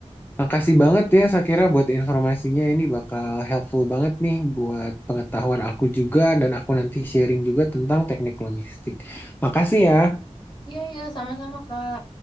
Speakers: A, on the left; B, on the left.
A: Makasih banget ya Sakira buat informasinya ini bakal helpful banget nih buat pengetahuan aku juga dan aku nanti sharing juga tentang teknik logistik. Makasih ya.
B: iya iya sama-sama kak